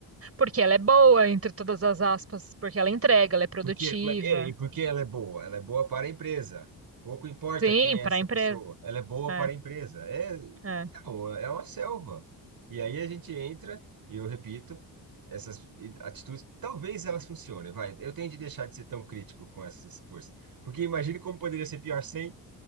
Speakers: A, on the right; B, on the right.
A: Porque ela é boa, entre todas as aspas, porque ela entrega, ela é produtiva.
B: Porque, ma- é, e porque ela é boa? Ela é boa para a empresa. Pouco importa
A: Sim,
B: quem
A: para
B: é essa
A: a empresa.
B: pessoa, ela é boa
A: É,
B: para a empresa. É,
A: é.
B: então, é uma selva. E aí a gente entra, e eu repito, essas i- atitudes, talvez elas funcionem, vai. Eu tenho de deixar de ser tão crítico com essas forças. Porque imagine como poderia ser pior sem